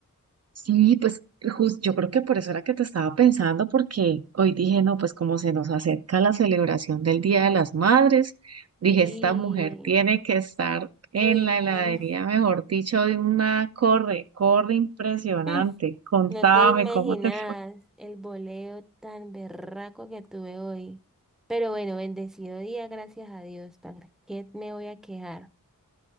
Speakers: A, on the right (about 50°); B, in the centre.
A: Sí, pues justo, yo creo que por eso era que te estaba pensando, porque hoy dije, no, pues como se nos acerca la celebración del Día de las Madres, dije,
B: Sí.
A: esta mujer tiene que estar en
B: Uy,
A: la heladería,
B: no,
A: mejor dicho, de una corre, corre impresionante.
B: <laughs>
A: Contame
B: no te imaginas
A: cómo te fue.
B: el boleo tan berraco que tuve hoy. Pero bueno, bendecido día, gracias a Dios, ¿para qué me voy a quejar?